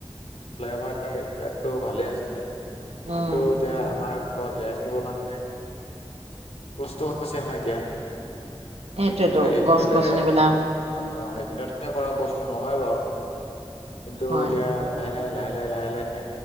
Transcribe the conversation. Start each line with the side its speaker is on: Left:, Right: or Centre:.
Left: ফ্লায় অভাৰ এইবিলাকতো ভালে আছে।
Right: উম
Left: কিন্তু এতিয়া আমাৰ ক জীয়াই থাকিবৰ কাৰণে কষ্ট হৈছে হয় এতিয়া। এ
Right: সেইটোৱেতো
Left: এদিনতে
Right: গছ গছনিবিলাক
Left: অ' এদিনতে কৰা বস্তু নহয় বাৰু। কিন্তু
Right: হয়
Left: এতিয়া লাহে লাহে লাহে লাহে লাহে লাহে